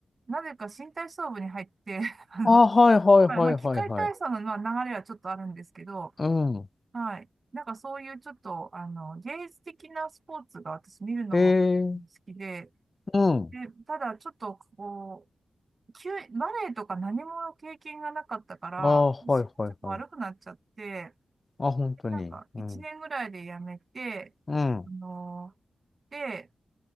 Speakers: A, on the right; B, on the left.
A: なぜか身体操部に入って、<laughs> あの、
B: あ、はいはいはいはいはい。
A: まあ、まあ器械体操の、まあ、流れはちょっとあるんですけど、
B: うん。
A: はい。なんかそういうちょっと、あの、芸術的なスポーツが私見るのも好
B: へえ。
A: きで、
B: うん。
A: で、ただちょっと、こう、急、バレエとか何も経験がなかったから、
B: あ、はいはいはい。
A: 腰がちょっと悪くなっちゃって、
B: あ、本当に。
A: でなんか、一年ぐらいでやめて、
B: うん。うん。
A: あの、で、